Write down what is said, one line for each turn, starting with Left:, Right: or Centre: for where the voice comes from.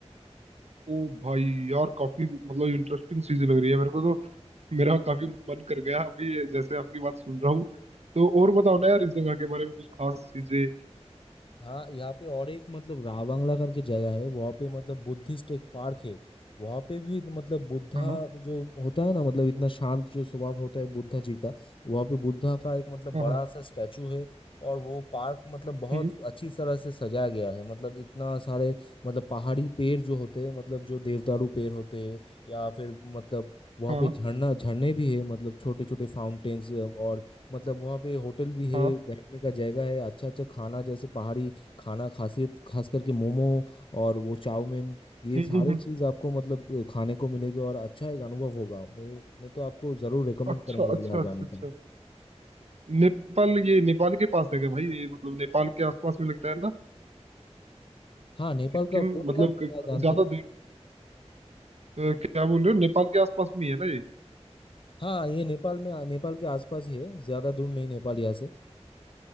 Right: ओ भाई यार काफी मतलब इंटरेस्टिंग चीज लग रही है मेरे को तो मेरा काफी मन कर गया अभी ये जैसे आपकी बात सुन रहा हूँ तो और बताओ ना यार इस जगह के बारे में कुछ खास चीजें
Left: हाँ यहाँ पे और एक मतलब रावंगला करके जगह है वहाँ पे मतलब बुद्धिस्ट एक पार्क है वहाँ पे भी मतलब बुद्धा
Right: हाँ
Left: जो होता है ना मतलब इतना शांत जो स्वभाव होता है बुद्धा जी का वहाँ पे बुद्धा का एक मतलब
Right: हाँ
Left: बड़ा
Right: हाँ
Left: सा स्टैचू है और वो पार्क मतलब बहुत
Right: हम्म
Left: अच्छी तरह से सजाया गया है मतलब इतना सारे मतलब पहाड़ी पेड़ जो होते हैं मतलब जो देवदारू पेड़ होते हैं या फिर मतलब वहाँ
Right: हाँ
Left: पे झरना झरने भी है मतलब छोटे छोटे फाउंटेन्स और मतलब वहाँ पे होटल भी है
Right: हाँ
Left: बैठने का जगह है अच्छा अच्छा खाना जैसे पहाड़ी खाना खासियत खास करके मोमो और वो चाउमीन ये
Right: हम्म
Left: सारे
Right: हम्म हम्म।
Left: चीज आपको मतलब खाने को मिलेगी और अच्छा एक अनुभव होगा मैं मैं तो आपको जरूर रेकमेंड
Right: अच्छा
Left: करूंगा
Right: अच्छा
Left: यहाँ जाने
Right: अच्छा अच्छा
Left: का
Right: नेपाल ये नेपाल के पास है क्या भाई ये मतलब नेपाल के आसपास में लगता है ना
Left: हाँ नेपाल
Right: सिक्किम
Left: का बोलिए
Right: मतलब
Left: आप
Right: क-
Left: क्या जानते
Right: ज्यादा
Left: हैं
Right: दूर तो क्या बोल रहे हो नेपाल के आसपास में ही है ना ये
Left: हाँ ये नेपाल में नेपाल के आसपास ही है ज्यादा दूर नहीं नेपाल यहाँ से